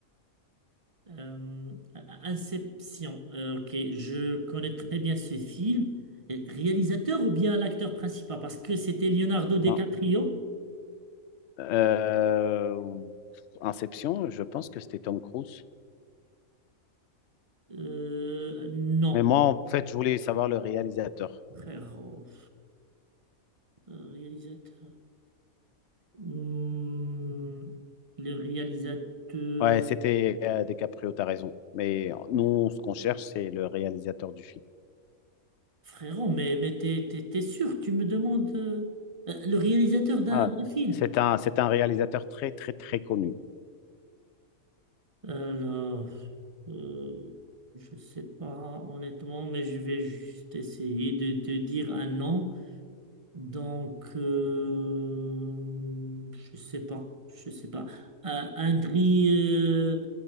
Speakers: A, on the right; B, on the left.
A: Euh, Inception. Euh, ok, je connais très bien ce film. Réalisateur ou bien l'acteur principal? Parce que c'était Leonardo DiCaprio.
B: Non. Euh, Inception, je pense que c'était Tom Cruise.
A: Euh, non,
B: Mais moi, en fait, je voulais savoir le réalisateur.
A: frérot. Euh, réalisateur. Hmm, le réalisateur.
B: Ouais, c'était euh, DiCaprio, t'as raison. Mais nous, ce qu'on cherche, c'est le réalisateur du film.
A: Frérot, mais, mais t'es, t'es- t'es sûr, tu me demandes euh, euh, le réalisateur d'un
B: Ah,
A: d'un film.
B: c'est un, c'est un réalisateur très, très, très connu.
A: Alors, euh, je sais pas honnêtement, mais je vais juste essayer de te dire un nom Donc, euh, je sais pas, je sais pas. Euh, Andriy euh,